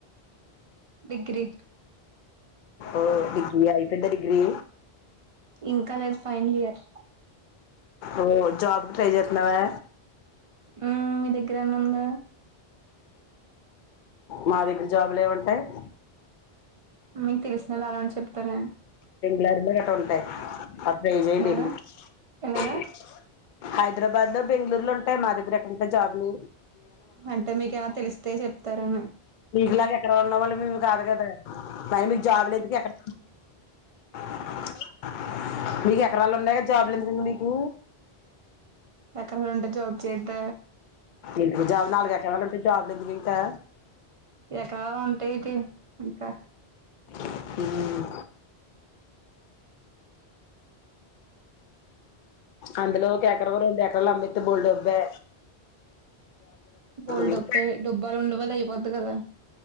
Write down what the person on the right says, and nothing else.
డిగ్రీ
ఇంకా లేదు ఫైనల్ ఇయర్
మ్మ్ మీ దగ్ ఇక్కడ ఎండుంద
మీకు తెలిసిన వాళ్ళు అలాంటి చెప్తారా
ఎలాగా
ఎలాగా
అంటే మీకు ఏమన్న తెలిస్తే చెప్తారని
ఎకరాలు ఉంటే జాబ్ చెయ్యొద్ద
ఎక్క ఉంటా ఏంటి ఇంకా
బోల్
డబ్బే డబ్బు ర ఉండవదయి వద్దు కదా